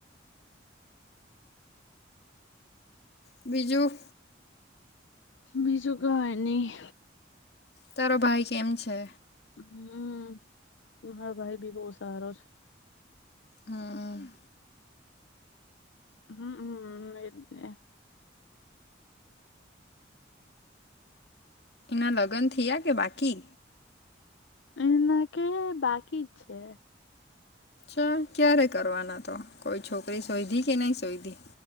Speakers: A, on the left; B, on the left.
A: બીજું?
B: બીજું કંઈ નહીં.
A: તારો ભાઈ કેમ છે?
B: હમ્મ. મારો ભાઈ બી બહુ સારો છે.
A: હમ્મ.
B: હમ્મ-હમ્મ. એજ ને.
A: એના લગન થયા કે બાકી?
B: એના કે બાકી જ છે.
A: <unintelligible> ક્યારે કરવાના તો? કોઈ છોકરી શોઈધી કે નહીં શોઈધી?